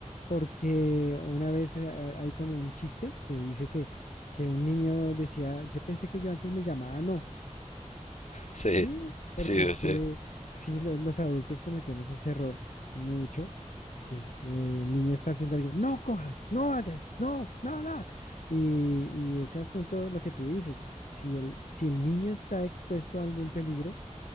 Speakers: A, on the left (about 80°); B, on the left (about 65°).
A: porque una vez eh, hay como un chiste que dice que, que un niño decía, yo pensé que yo antes me llamaba no,
B: Sí,
A: ¿sí?
B: sí,
A: Porque es
B: sí,
A: que sí, lo- los adultos cometemos ese error mucho, que eh, el niño está haciendo algo, no cojas, no hagas, no, no, no. Y, y ese asunto, lo que tú dices, si el, si el niño está expuesto a algún peligro,